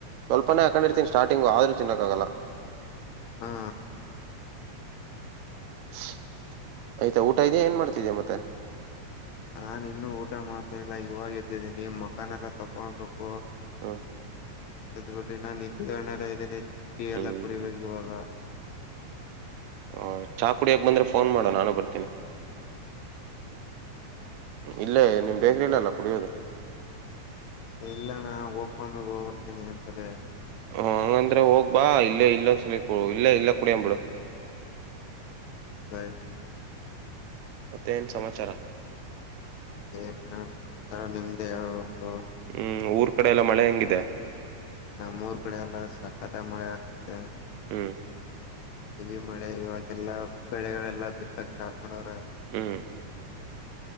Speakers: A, on the right (about 75°); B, on the left (about 70°).
A: ಸ್ವಲ್ಪನೇ ಹಾಕೊಂಡಿರ್ತೀನಿ ಸ್ಟಾರ್ಟಿಂಗು ಆದ್ರೂ ಚಿನ್ನಕ್ಕ ಆಗಲ್ಲ
B: ಹಾ
A: <unintelligible> ಆಯ್ತಾ ಊಟ ಇದೆಯಾ ಏನ್ ಮಾಡ್ತಿದ್ದೀ ಮತ್ತೆ
B: ನಾನ್ ಇನ್ನು ಊಟ ಮಾಡ್ತಾ ಇಲ್ಲ ಇವಾಗ ಎದ್ದಿದ್ದೀನಿ ಮುಖನ ತುಳ್ಕೋಬೇಕು <unintelligible>
A: ಹಾ <unintelligible>
B: ಯದ್ ಬಿಟಿನಿ ನನ್ ನಿಧಿ ಗಣಗ ಅದಿನಿ <unintelligible> ಟೀ
A: ಹ್ಮ್
B: ಎಲ್ಲ ಕುಡಿಬೇಕು ಇವಾಗ <unintelligible>
A: ಹ ಚಾಕುಡಿಯಕ ಬಂದ್ರೆ ಫೋನ್ ಮಾಡು ನಾನು ಬರ್ತೀನಿ <unintelligible>
B: <inaudible>
A: ಇಲ್ಲೇ ನಿಮ್ ಬೇಕ್ರ ಇಲ್ಲ ಅಲ್ಲ ಕುಡಿಯೋದು <unintelligible>
B: ಇಲ್ಲ ಅಣ್ಣ ಒಬ್ಬನೆ ಹೋಗ್ಬರ್ತಿನಿಅಂಸ್ತಾದೆ <unintelligible>
A: ಆ ಹಂಗಂದ್ರೆ ಹೋಗ್ ಬಾ ಇಲ್ಲೇ ಇಲೆ ಸಿಗರೇಟ್ ಇಲ್ಲ ಇಲ್ಲ ಕುಡಿಯಂಬ ಬಿಡು <unintelligible>
B: <inaudible>
A: ಮತ್ತೆ ಎನ್ ಸಮಾಚಾರ
B: ಇಯನ್ರಪ್ಪ ನಿಮ್ಮದು ಏದ್ರಪ್ಪ <unintelligible>
A: ಹ್ಮ್ ಊರ್ ಕಡೆ ಎಲ್ಲ ಮಳೆ ಹೆಂಗಿದೆ <unintelligible>
B: ನಮೂರುಕಡೆ ಎಲ್ಲ ಸಕ್ಕತಅಗಿ ಮಳೆ ಆಗ್ತದೆ <unintelligible>
A: ಹ್ಮ್ <unintelligible>
B: ಇಲ್ಲಿ ಮಳೆ ಇವಾಗೆಲ್ಲಾ ಬೆಳೆಗಳೆಲ್ಲ ಬಿತುತ್ತವೆ <unintelligible> ಮನೆಯವುರೆ <unintelligible>
A: ಹ್ಮ್